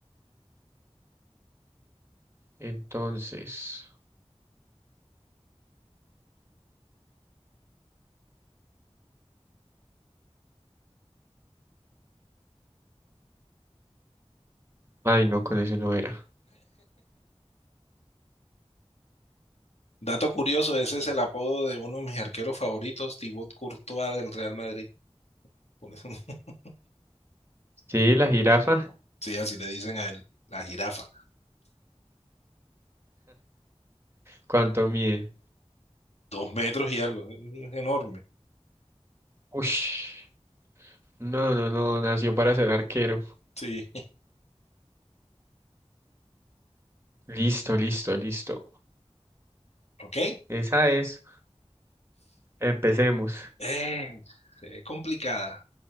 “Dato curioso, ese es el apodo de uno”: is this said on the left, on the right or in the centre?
Left